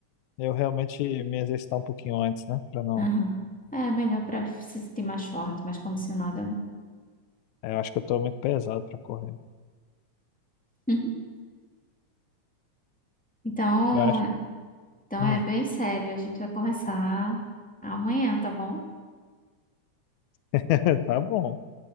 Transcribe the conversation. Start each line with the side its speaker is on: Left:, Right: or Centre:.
Left: eu realmente me exercitar um pouquinho antes, né? Pra não.
Centre: Aham. É melhor para se sentir mais forte, mais condicionada. né?
Left: é, Eu acho que eu tô muito pesado pra correr.
Centre: <laughs> Então,
Left: Eu acho.
Centre: então
Left: hum.
Centre: é bem sério. A gente vai começar amanhã, tá bom?
Left: <laughs> Tá bom.